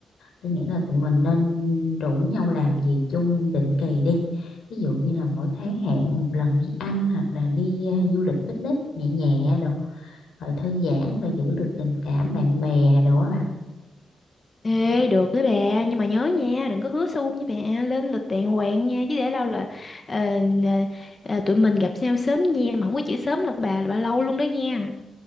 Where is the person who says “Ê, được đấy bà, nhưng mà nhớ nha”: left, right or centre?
Left